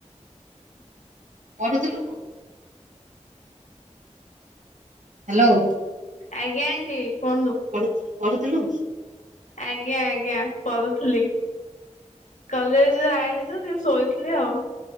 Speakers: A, on the right; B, on the left.
A: ପଢୁଥିଲୁ? ହ୍ୟାଲୋ।
B: ଆଜ୍ଞା ଆଣ୍ଟି କୁହନ୍ତୁ।
A: ପଢ ପଢ଼ୁଥିଲୁ?
B: ଆଜ୍ଞା ଆଜ୍ଞା ପଢୁଥିଲି। କଲେଜ ରୁ ଆଇଲି ତ ସେ ଶୋଇ ଥିଲି ଆଉ।